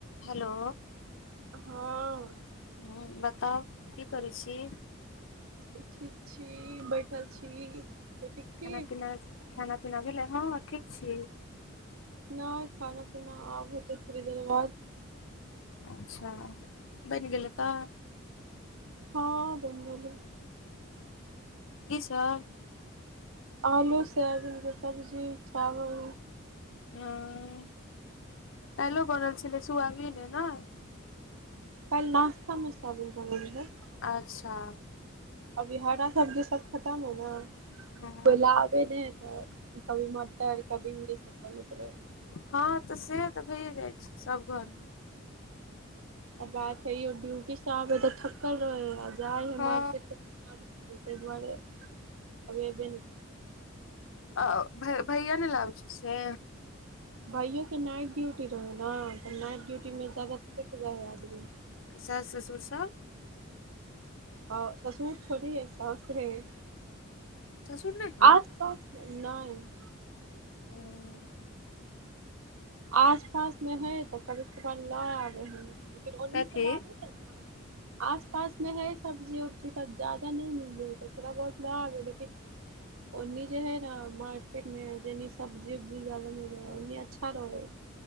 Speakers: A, on the left (about 70°); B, on the right (about 80°).
A: Hello.
B: हां।
A: हुं बताउ की करै छी।
B: ठीक छी, बैठल छी। त ठीक छी
A: खाना-पीना, खाना-पीना भेलै हां ठीक छी।
B: नै खाना-पीना आब हेतै थोड़ी देर बाद।
A: अच्छा बैन गेलै तऽ।
B: हां बैन गेलै।
A: की सब।
B: आलू सोयाबिन के सब्जी, चावल।
A: हां काएलो बनल छलै सुयाबिने ना।
B: काएल नाश्ता मे सोयाबीन बनल रहै।
A: अच्छा।
B: अभी हरा सब्जी सब खतम है ना।
A: ह
B: को लागै ने तऽ कभी मटर कभी <unintelligible>
A: हां तऽ से तऽ भये जाय छै सब घर मे।
B: अ बात हय इहो ड्यूटी से आबै तऽ थकल रहल या आ जाय हय
A: हँ
B: मार्केट <unintelligible> तै दुआरे अभी एबे नै
A: अ-अ भ-भैया नै लाबै <unintelligible> से।
B: भैये के नाइट ड्यूटी रहै ना तऽ नाइट डूटी मे जादा थैक जाय हय आदमी।
A: आ सास-ससुर सब
B: अ ससुर थोड़ी हय, सौस रहे
A: ससुर नहि
B: आस-पास नै।
A: हुं।
B: आस-पास मे हय त कभी-कभार ला आबै हय। फेर ओनहि
A: कथी
B: से <unintelligible> ना। आस-पास मे हय सब्जी-उब्जी तऽ जादा नै मिलै हय तऽ थोड़ा बहुत ला आबै लै लेकिन ओन्नी जे है ना मार्केट मे जनी सब्जी-उब्जी जादा मिलै है उन्नी अच्छा परौर,